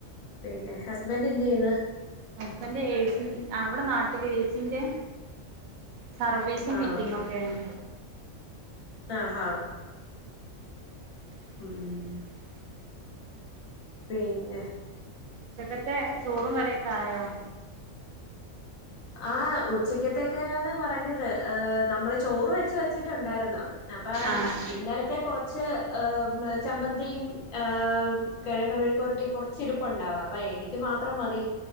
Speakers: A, on the left; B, on the right.
A: പിന്നെ ഹസ്ബന്റ് എന്ത് ചെയ്യന്ന്
B: ഹസ്ബൻറ്റ് എസി അവടെ നാട്ടില് ഏസീന്റെ സർവീസും
A: ആഹ്
B: ഫിറ്റിങ്ങോ ക്കെയാണ്
A: ആഹ് ആഹ് ഉം ഉം പിന്നെ
B: ഉച്ചക്കത്തെ ചോറും കറിയൊക്കെ ആയോ?
A: ആഹ് ഉച്ചക്കത്തേക്കാണ് പറഞ്ഞത് ഏഹ് നമ്മള് ചോറ് വെച്ച് വെച്ചിട്ടോണ്ടാരുന്നു അപ്പായ്
B: ആഹ്
A: ഇന്നലത്തെ കൊറച്ച് ഏഹ് ചമ്മന്തിയും ഏഹ് കേഴങ്ങ് മെഴുക്കോരട്ടിം കൊറ ച്ചിരുപ്പണ്ടാ <unintelligible> അപ്പോ എനിക്ക് മാത്രം മതി